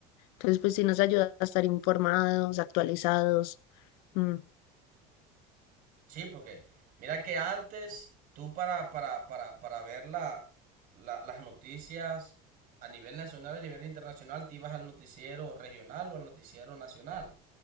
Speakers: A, on the left (about 75°); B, on the right (about 50°).
A: Entonces, pues sí nos ayuda a estar informados, actualizados. Mm,
B: Sí, porque mira que antes tú para, para, para, para ver la- la- las noticias a nivel nacional, a nivel internacional, te ibas al noticiero regional o al noticiero nacional.